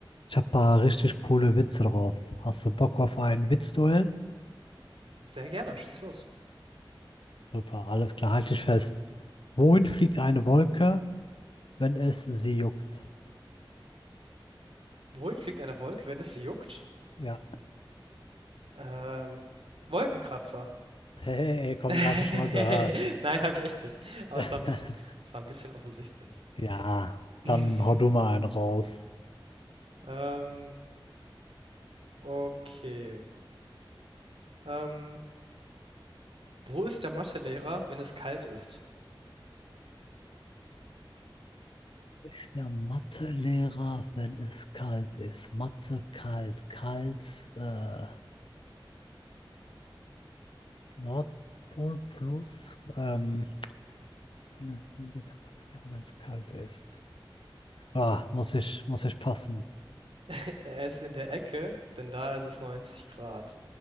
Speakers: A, on the left (about 70°); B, on the right (about 85°).
A: Ich habe paar richtig coole Witze drauf. Hast du Bock auf ein Witzduell?
B: Sehr gerne, schieß los.
A: Super, alles klar, halte dich fest. Wohin fliegt eine Wolke, wenn es sie juckt?
B: Wohin fliegt eine Wolke, wenn es sie juckt?
A: Ja. <laughs>
B: Ähm, Wolkenkratzer.
A: Hey,
B: <laughs>
A: komm,
B: Nein,
A: den hast du schon mal gehört.
B: habe ich echt nicht. Aber
A: <laughs>
B: das war ein bisschen, das war ein bisschen offensichtlich.
A: Ja,
B: <laughs>
A: dann hau du mal einen raus.
B: Ähm, okay. Ähm, wo ist der Mathelehrer, wenn es kalt ist?
A: Ist der Mathelehrer, wenn es kalt ist? Mathe kalt, kalt, äh, Nordpol plus, ähm, wohin wohin geht der Mathelehrer, wenn es kalt ist? Ah, muss ich, muss ich passen.
B: <laughs> Er ist in der Ecke, denn da ist es 90 Grad.